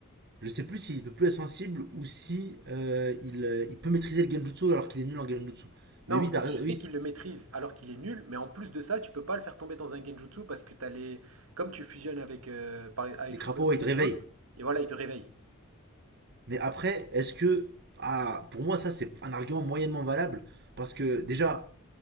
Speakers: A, on the right; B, on the right.
A: Je sais plus s'il peut plus être sensible ou si euh, il, euh, il peut maîtriser le Genjutsu alors qu'il est nul en Genjutsu.
B: Non,
A: Mais oui, t'as raison,
B: je sais
A: oui.
B: qu'il le maîtrise alors qu'il est nul, mais en plus de ça, tu peux pas le faire tomber dans un Genjutsu parce que t'as les, comme tu fusionnes avec, euh, par- avec
A: Les crapauds,
B: Fugaku
A: ouais, ils te
B: et
A: réveillent.
B: l'autre, et voilà, il te réveille.
A: Mais après, est-ce que. Ah, pour moi, ça, c'est un argument moyennement valable. Parce que, déjà,